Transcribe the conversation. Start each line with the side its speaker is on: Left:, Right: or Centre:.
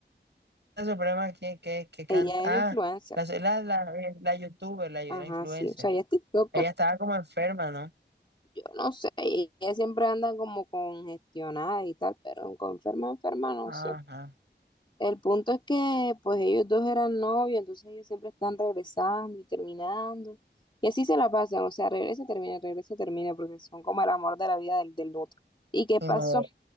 Right: es el problema que, que, que canta.
Left: Ella
Right: Ah,
Left: es influencer,
Right: la, la, la, eh, la youtuber, la, la
Left: ajá,
Right: influencer.
Left: sí, o sea, ella es TikToker.
Right: Ella estaba como enferma, ¿no?
Left: Yo no sé, ella siempre anda como congestionada y tal, pero con enferma, enferma, no
Right: Ajá.
Left: sé. El punto es que pues ellos dos eran novios, entonces ellos siempre están regresando y terminando. Y así se la pasan, o sea, regresa, termina, regresa, termina, porque son como el amor de la vida del, del otro. ¿Y qué
Right: Y
Left: pasó?
Right: no,